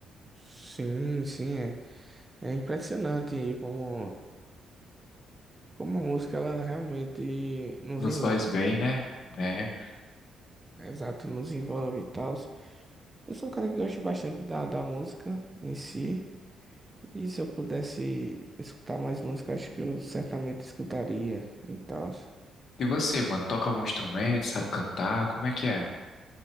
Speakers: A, on the right (about 20°); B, on the left (about 60°).
A: Sim, sim, é. É impressionante como, como a música ela realmente nos
B: Nos
A: envolve.
B: faz bem, né? É.
A: Exato, nos envolve e tal. Eu sou um cara que gosta bastante da, da música em si. E se eu pudesse escutar mais música, acho que eu certamente escutaria e tal.
B: E você, mano, toca algum instrumento, sabe cantar? Como é que é?